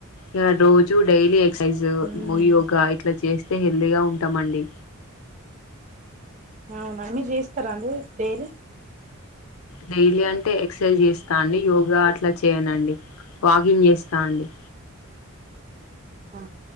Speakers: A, on the left (about 80°); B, on the right (about 35°).
A: ఇగ డోజు డైలీ ఎక్సర్సైజ్
B: మ్మ్
A: ము యోగా ఇ ట్లా చేస్తే హెల్తీగా ఉంటామండి
B: అవునా మీరు జేస్తరా అండి డైలీ
A: డైలీ అంటే ఎక్సర్సైజ్ చేస్తా అండి యోగా అట్లా చేయనండి వాకింగ్ చేస్తా అండి
B: హ